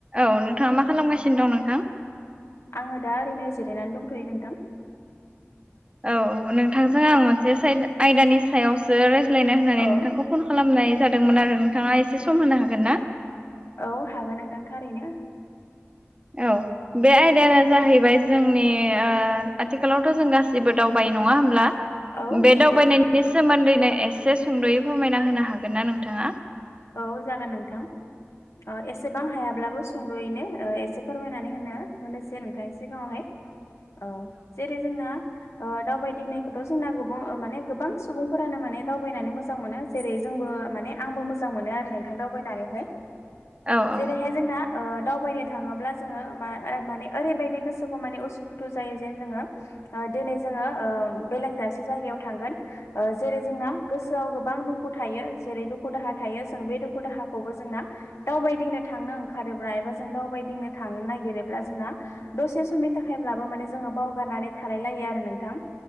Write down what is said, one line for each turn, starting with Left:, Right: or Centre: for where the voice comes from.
Right: औ नोंथाङा मा खालामगासिनो दं नोंथां
Left: आङो दा ओरैनो जिरायनानै दंथ'यो नोंथां
Right: औ नोंथांजों आं मोनसे सायद आयदानि सायावसो रायज्लायनो होननानै
Left: औ
Right: नोंथांखौ फन खालामनाय जादोंमोन आरो नोंथाङा एसे सम होनो हागोन ना
Left: औ हागोन नोंथां थारैनो
Right: औ बे आयदायानो जाहैबाय जोंनि आथिखालावथ' जों गासिबो दावबाय नङा होमब्ला
Left: औ
Right: बे
Left: नंगौ
Right: दावबायनायनि सोमोन्दैनो एसे सुंद'यै फोरमायना होनो हागोन ना नोंथाङा
Left: औ जागोन नोंथां एसेबां हायाब्लाबो सुंद'यैनो एसे फोरमायनानै होनो होनोसै नोंथांनि सिगाङावहाय औ जेरै जोंना दावबायदिंनायखौथ' जोंना गुबां माने गोबां सुबुंफोरानो माने दावबायनानै मोजां मोनो जेरै जोंबो माने आंबो मोजां मोनो आरो नोंथां दावबायनानैहाय
Right: औ औ
Left: जेरैहाय जोंना दावबायनो थाङोब्ला जोङो मा माने ओरैबायदि गोसोखौ माने उसुखुथु जायो जेन जोङो दिनै जोङो बेलेग दाबसे जायगायाव थांगोन जेरै जोंना गोसोआव गोबां दुखु थायो जेरै दुखु दाहा थायो जों बे दुखु दाहाखौबो जोंना दावबायदिनो थांनो ओंखारोब्ला एबा जों दावबायदिनो थांनो नागिरोब्ला जोंना दसे समनि थाखायब्लाबो माने जोङो बावगारनानै थालाय लायो आरो नोंथां